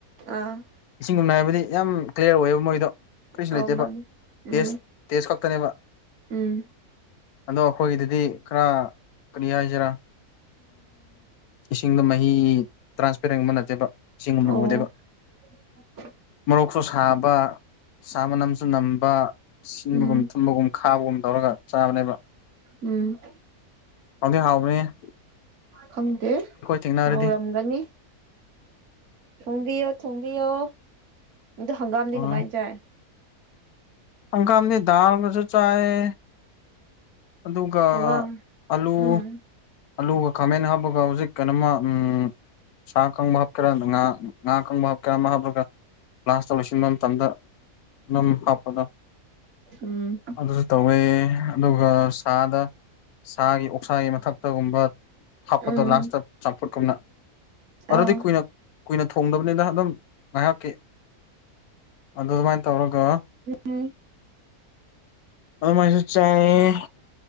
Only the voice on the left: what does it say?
ꯏꯁꯤꯡꯒꯨꯝꯅ ꯍꯥꯏꯕꯗꯤ ꯌꯥꯝ ꯀ꯭ꯂꯤꯌꯥꯔ ꯑꯣꯏꯌꯦꯕ ꯃꯣꯏꯗꯣ ꯀꯔꯤꯁꯨ
ꯂꯩꯇꯦꯕ
ꯇꯦꯁ
ꯇꯦꯁ ꯈꯛꯇꯅꯦꯕ
ꯑꯗꯣ ꯑꯩꯈꯣꯏꯒꯤꯗꯗꯤ ꯈꯔ ꯀꯔꯤ ꯍꯥꯏꯖꯤꯔꯥ ꯏꯁꯤꯡꯗꯣ ꯃꯍꯤ ꯇ꯭ꯔꯥꯟꯁꯄꯦꯔꯦꯟ ꯒꯨꯝꯕ ꯅꯠꯇꯦꯕ ꯏꯁꯤꯡ ꯒꯨꯝꯅ
ꯎꯗꯦꯕ
ꯃꯔꯣꯛꯁꯨ ꯁꯥꯕ ꯁꯥ ꯃꯅꯝꯁꯨ ꯅꯝꯕ ꯁꯤꯟꯕꯒꯨꯝ
ꯊꯨꯝꯕꯒꯨꯝ ꯈꯥꯕꯒꯨꯝ ꯇꯧꯔꯒ ꯆꯥꯕꯅꯦꯕ
ꯍꯥꯎꯗꯤ ꯍꯥꯎꯕꯅꯦꯍꯦ
ꯊꯦꯡꯅꯔꯗꯤ
ꯍꯣꯏ
ꯍꯪꯒꯥꯝꯗꯤ ꯗꯥꯜꯒꯖꯨ ꯆꯥꯌꯦ ꯑꯗꯨꯒ
ꯑꯂꯨ
ꯑꯂꯨꯒ ꯈꯥꯃꯦꯟ ꯍꯥꯞꯄꯒ ꯍꯧꯖꯤꯛ ꯀꯩꯅꯣꯃ ꯎꯝ ꯁꯥ ꯀꯪꯕ ꯍꯥꯞꯀꯦꯔ ꯉ ꯉꯥꯀꯪꯕ ꯍꯥꯞꯀꯦꯔ ꯑꯃ ꯍꯥꯞꯄꯂꯒ ꯂꯥꯁꯇ ꯂꯣꯏꯁꯤꯟꯕ ꯃꯇꯝꯗ ꯅꯝ ꯍꯥꯞꯄꯗꯣ
ꯑꯗꯨꯁꯨ ꯇꯧꯋꯦ ꯑꯗꯨꯒ ꯁꯥꯗ ꯁꯥꯒꯤ ꯑꯣꯛꯁꯥꯒꯤ ꯃꯊꯛꯇꯒꯨꯝꯕ ꯍꯥꯞꯄꯗ
ꯂꯥꯁꯇ ꯆꯝꯐꯨꯠ ꯀꯅ ꯑꯗꯨꯗꯤ
ꯀꯨꯏꯅ ꯀꯨꯏꯅ ꯊꯣꯡꯗꯕꯅꯤꯅ ꯑꯗꯨꯝ ꯉꯥꯏꯍꯥꯛꯀꯤ ꯑꯗꯨꯃꯥꯏꯅ ꯇꯧꯔꯒ
ꯑꯗꯨꯃꯥꯏꯅꯁꯨ ꯆꯥꯏꯌꯦ